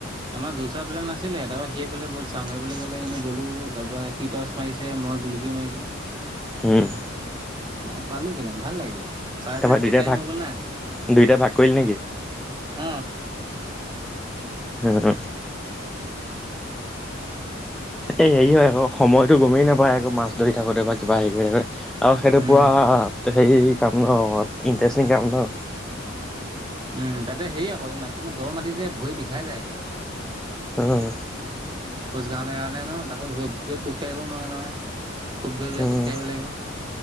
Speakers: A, on the right; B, in the centre.
A: আমাৰ জোৰ চোৱা প্লেন নাছিলে, তাৰপৰা সিয়ে ক'লে ব'ল চাওঁগে বুলি ক'লে, এনেই গ'লো তাৰ পৰা সি টৰ্চ মাৰিছে, মই মই জুলুকি মাৰিছোঁ।
B: উম।
A: তেনেকে পালোঁ কেইটামান, ভাল লাগিলে। চাই
B: তাৰপৰা
A: চাই বহুত
B: দুইটাই
A: টাইম
B: ভাগ
A: হৈ গ'ল না,
B: দুইটাই ভাগ কৰিলি নেকি
A: অ'।
B: হুম। এই হেৰি হয় আকৌ সময়তো গমেই নাপায় আকৌ মাছ ধৰি থাকোঁতে বা কিবা হেৰি কৰি থাকোঁতে। আৰু সেইটো
A: উম
B: পুৰা হেৰি কাম ন ইণ্টাৰেষ্টিং কাম ন।
A: উম তাতে হেৰি আকৌ মাটিটো দ মাটি যে ভৰি বিষাই যায়গে।
B: উম।
A: খোজ কাঢ়াৰ কাৰণে ন তাকো য'ত য'ত খোজ কাঢ়িব নোৱাৰা নহয়। খুব ধৰি ধৰি
B: উম,
A: খোজ কাঢ়িব লাগিব